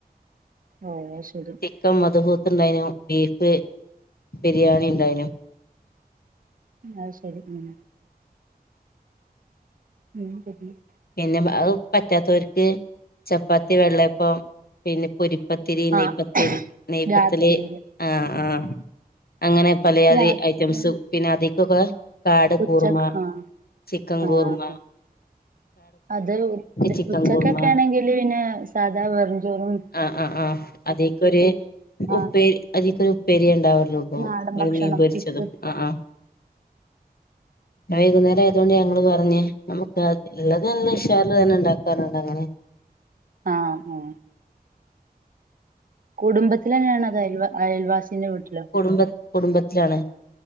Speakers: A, on the right; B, on the left.
A: ഓഹ് അയ്ശരി
B: ച്ചിക്കൻ മധുഹൂത്ത് ഉണ്ടായിനു ബീഫ് ബിരിയാണി ഉണ്ടായിനു
A: അത് ശരിഉം മ്മ് പറഞ് <unintelligible>
B: പിന്നെ അത് പറ്റത്തോ ര്ക്ക് ചപ്പാത്തി വെള്ളപ്പം പിന്നെ പൊരി പ്പത്തിരി
A: ആഹ്
B: നെയ് പ്പത്തിൽ നെയ്പത്തില്
A: രാത്രിയില്
B: ആഹ് ആഹ് അങ്ങനെ പലയാതി
A: രാത്രിയാ
B: ഐറ്റംസും പിന്നെ അതീക്കൊക്കെ ആട്
A: ഉച്ചക്ക്
B: കൂർമ
A: ആഹ്
B: ചിക്കൻകൂർമ്മ
A: ആഹ് അത്
B: ചിക്കൻ
A: ഉച്ചക്കൊക്കെ
B: കൂർമ
A: ആണെങ്കിൽ പിന്നെ സാധാ വെറും ചോറും
B: ആഹ് ആഹ് ആഹ് അതിക്കൊര്
A: ആഹ്
B: ഉപ്പേരി അതീക്ക്ഒരു ഉപ്പേരി ണ്ടാവുള്ളൂ പ്പോ
A: നാടൻ
B: ഒരു
A: ഭക്ഷണം
B: മീൻ പൊരിച്ചതും
A: ഇത്
B: ആഹ് ആഹ് വൈകുന്നേരം ആയതോണ്ട് ഞങ്ങള് പറഞ്ഞ് നമ്മക്കാത് ഇള്ളത് നല്ല ഉശാർല് തന്നെ ണ്ടാക്കാറുണ്ട് അങ്ങനെ
A: ആഹ് ഉ കുടുംബത്തിലെന്നെണോ അതോ അയൽ അയൽവാസിന്റെ വീട്ടിലോ
B: കുടുംബ കുടുംബത്തിലാണ്